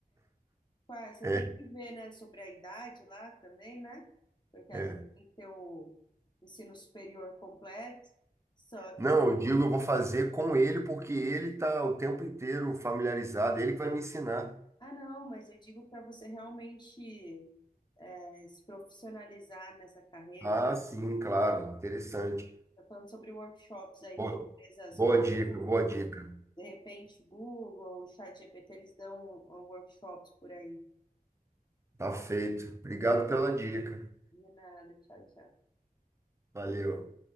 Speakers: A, on the left; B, on the right.
A: Ué, Você
B: É,
A: tem que ver, né, sobre a idade lá também, né? Porque às
B: é.
A: vezes tem que ter o ensino superior completo. Só que,
B: Não, eu digo, eu vou fazer com ele porque ele está o tempo inteiro familiarizado, ele que vai me ensinar.
A: ah, não, mas eu digo para você realmente é, se profissionalizar nessa carreira.
B: Ah, sim, claro, interessante.
A: Tá falando sobre workshops aí
B: Boa,
A: com empresas,
B: boa
A: com
B: dica,
A: Google,
B: boa dica.
A: de repente Google, ChatGPT, eles dão uh, workshops por aí.
B: Tá feito. Obrigado pela dica.
A: De nada, tchau, tchau.
B: Valeu.